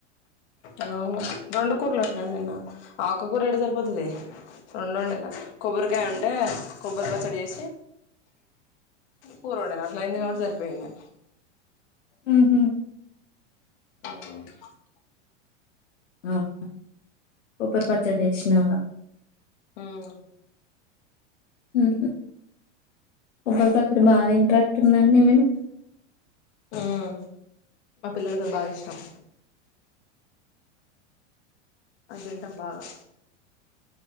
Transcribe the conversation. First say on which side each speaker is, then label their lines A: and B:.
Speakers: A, on the left; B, on the left.
A: అవును రెండుకూర్లు వద్దండీ నాకు ఆక్ ఒక్కకూరేట్ట సరిపోతది రెండొండిన కొబ్బరికాయ ఉంటే కొబ్బరి పచ్చడి చేేసి కూర వండిన అట్లా వండిన కాబట్టి సరిపోయింది
B: ఊహు
A: అవ్వ
B: అవ్ కొబ్బరి పచ్చడి చేసినావ
A: అవునూ
B: ఊహు కొబ్బరి పచ్చడి బాగా ఇంట్రక్ట్ ఉందండి మీరు
A: ఉమ్ మా పిల్లలకి అది బాగా ఇష్టం అది తింటం బాగా